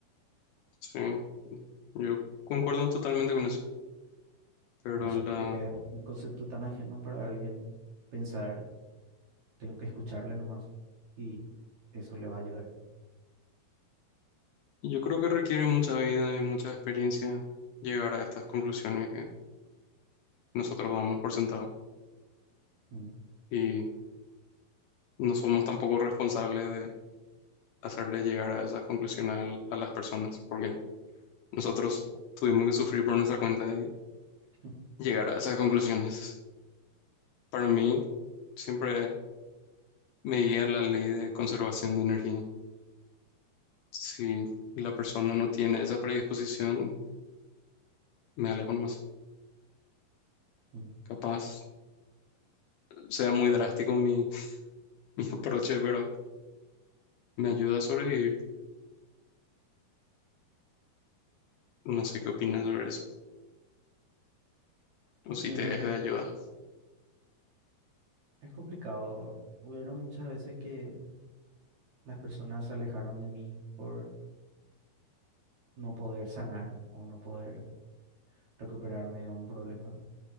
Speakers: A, on the left (about 75°); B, on the right (about 55°).
A: Sí, yo concuerdo totalmente con eso. pero
B: Y No sé
A: la,
B: por qué es un concepto tan ajeno para alguien pensar, tengo que escucharle nomás y eso le va a ayudar.
A: yo creo que requiere mucha vida y mucha experiencia llegar a estas conclusiones que nosotros damos por sentado
B: Mm,
A: y no somos tampoco responsables de hacerles llegar a esas conclusiones a, a las personas, porque nosotros tuvimos que sufrir por nuestra cuenta de
B: <laughs>
A: llegar a esas conclusiones. Para mí, siempre me guía la ley de conservación de energía. Si la persona no tiene esa predisposición, me alejo nomás.
B: mm.
A: Capaz sea muy drástico mi <laughs> aproche, pero me ayuda a sobrevivir. No sé qué opinas sobre eso. O si
B: Eh,
A: te es de ayuda.
B: es complicado. Hubieron muchas veces que las personas se alejaron de mí por no poder sanar o no poder recuperarme de un problema,